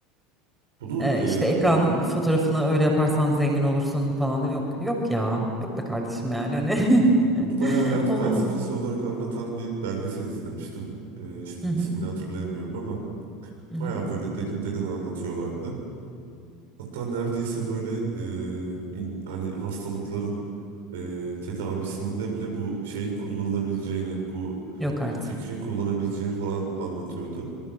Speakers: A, on the right (about 70°); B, in the centre.
A: Bunu
B: Ee,
A: e,
B: işte ekran fotoğrafını öyle yaparsan zengin olursun falan yok yok ya yok be kardeşim yani hani
A: bunu
B: <laughs>
A: bayağı hayat
B: ol
A: felsefesi
B: ol.
A: olarak anlatan bir belgesel izlemiştim. Ee, şimdi
B: Hı hı,
A: ismini hatırlayamıyorum ama
B: hı hı.
A: bayağı böyle derin derin anlatıyorlardı. Hatta neredeyse böyle e, in- hani hastalıkların e, tedavisinde bile bu şeyin kullanılabileceğini, bu
B: Yok artık
A: fikrin kullanabileceğini falan anlatıyordu.